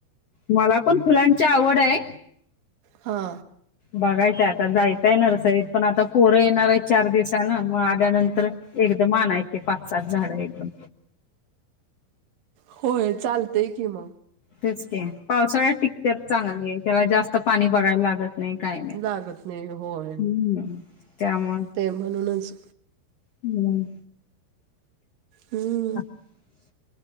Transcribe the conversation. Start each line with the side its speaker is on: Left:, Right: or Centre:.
Left: मला पण फुलांची आवड आहे.
Right: हा.
Left: बघायचंय आता जायचंय नर्सरीत पण आता पोरं येणार आहे चार दिवसना मग आल्यानंतर एकदम आणायचे पाच सात झाड एकदम
Right: होय चालतय की मग
Left: तेच का पावसाळ्यात टिकतत चांगल्या आहे त्याला जास्त पाणी बघायला लागत नाही काही नाही
Right: लागत होय
Left: त्यामुळे
Right: ते म्हणूनच
Left: हम्
Right: हम्
Left: ह